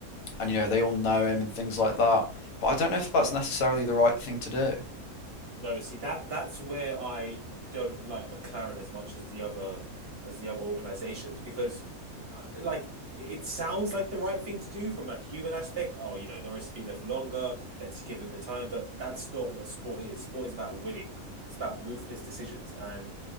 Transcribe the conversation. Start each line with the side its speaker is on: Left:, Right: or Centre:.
Left: and you know they all know him and things like that. But I don't know if that's necessarily the right thing to do.
Right: No, see that that's where I don't like McLaren as much as the other as the other organizations because uh, like it sounds like the right thing to do from a human aspect. Oh, you know, Norris has been there for longer. Let's give him the time. But that's not what sport is. Sport is about winning. It's about ruthless decisions. And